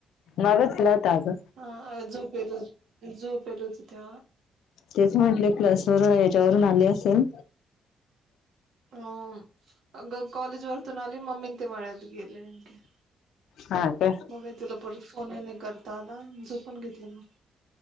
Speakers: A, on the left; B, on the right.
A: मगचला तग
B: हा जो पेलो झो पेलो तथ
A: तेच म्हटले क्लसवर याच्यावरून आले असेल
B: ह अग कॉलेेज वरतोन अली मममीिंत म्याद गीयल् निमे
A: हा ते
B: मग बा तुला परत फोन नाही करता आला झोपून घेतलं मग